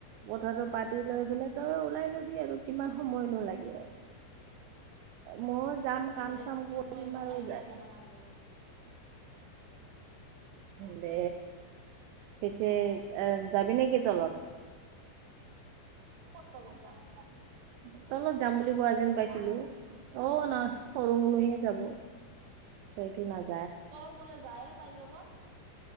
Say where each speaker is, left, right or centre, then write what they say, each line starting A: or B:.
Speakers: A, on the right (about 85°); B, on the right (about 65°).
A: কথাটো পাতি লৈ পেলাই তই ওলাই লবি। আৰু কিমান সময়নো লাগে আৰু, মই যাম,
B: হ'ব
A: কাম
B: দে
A: চাম কৰিম
B: তই মোক
A: আৰু
B: আইডিয়া
A: যায়।
B: দিবা নালগে
A: দে পিছে আহ যাবি নে কি তলত?
B: ক'ত তলত
A: অত <unintelligible>
B: যাম
A: তলত যাম বুলি কোৱা যেন পাইছিলো, অ' নহ সৰু মনুহে যাব। সেইটো নাজ
B: তই বোলে যায়ে তাইৰ লগত।